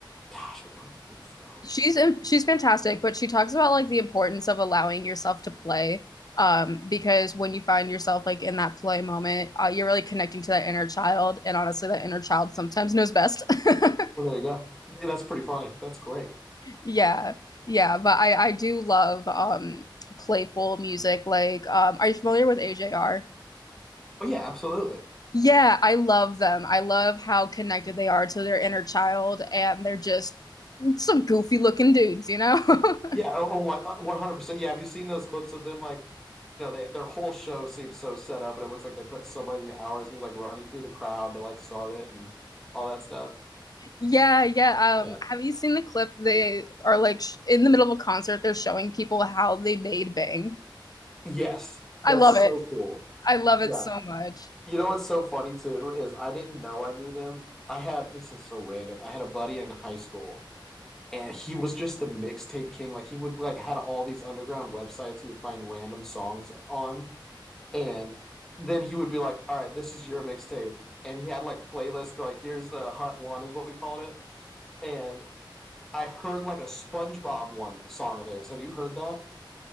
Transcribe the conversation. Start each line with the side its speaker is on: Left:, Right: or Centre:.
Centre: Gosh, I don't think so.
Left: she's she's fantastic, but she talks about like the importance of allowing yourself to play. Um, because when you find yourself like in that play moment, uh, you're really connecting to that inner child, and honestly, that inner child sometimes knows best. <laughs>
Centre: Well, there you go. That's pretty funny. That's great.
Left: Yeah, yeah, but I I do love um playful music. Like, um, are you familiar with AJR?
Centre: Oh yeah, absolutely.
Left: Yeah, I love them. I love how connected they are to their inner child, and they're just some goofy looking dudes, you know?
Centre: Yeah.
Left: <laughs>
Centre: Oh, oh one- uh, 100%. Yeah. Have you seen those clips of them? Like, you know, they, their whole show seems so set up and it looks like they put so many hours and he's like running through the crowd to like start it and all that stuff.
Left: Yeah, yeah.
Centre: Yeah.
Left: Um, have you seen the clip? They are like sh in the middle of a concert, they're showing people how they made Bang.
Centre: Yes. That's
Left: I love it.
Centre: so cool.
Left: I love it
Centre: Yeah.
Left: so much.
Centre: You know what's so funny too is I didn't know I knew them. I had, this is so random. I had a buddy in high school and he was just the mixtape king. Like he would like had all these underground websites he would find random songs on And then he would be like, "All right, this is your mixtape." And he had like playlists, be like, "Here's the Hut One," is what we called it. And I heard like a SpongeBob one song of theirs. Have you heard that?